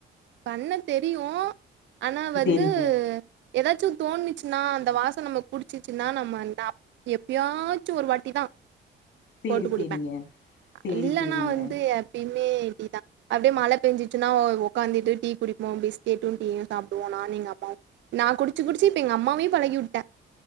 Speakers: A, on the right; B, on the left.
A: பண்ணத் தெரியு அனா வந்
B: செரிங்க
A: எதாச்சு தோணுச்சுன்னா அந்த வாசோ நமக்கு புடிச்சுச்சுன்னா நம்ம எப்பயாச்சு ஒரு வாட்டி தா
B: சேரி
A: போட்டு குடிப்ப
B: சேரிங்க சேரி
A: இல்லன்னா
B: சேரிங்க
A: வந்து யார் எப்பையுமே டீ தா அப்டே மழ பேஞ்சிச்சுன்னா <inaudible> உக்காந்தீட்டு டீ குடிப்போ பிஸ்கேட்டு டீயு சாப்டுவோ நானு எங்கம்மாவு நா குடிச்சு குடிச்சு இப்ப எங்க அம்மாவயு பழக்கிவுட்டே